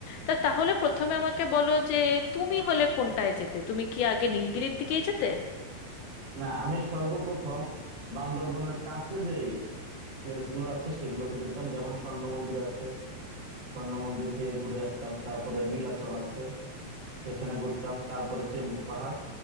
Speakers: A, on the left (about 80°); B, on the right (about 35°).
A: তা তাহলে প্রথমে আমাকে বলো যে তুমি হলে কোনটায় যেতে তুমি কি আগে নীলগিরির দিকেই যেতে
B: না আমি সর্বপ্রথম বান্দরবনের কাছে যেই প্লেস গুলো আছে সেগুলোতে যেতাম যেমন স্বর্ণ মন্দির আছে স্বর্ণ মন্দির থেকে ঘুরে আসতাম তারপরে নীলাচল আছে সেখানে ঘুরতাম তারপরে চেম্বুট পাহাড়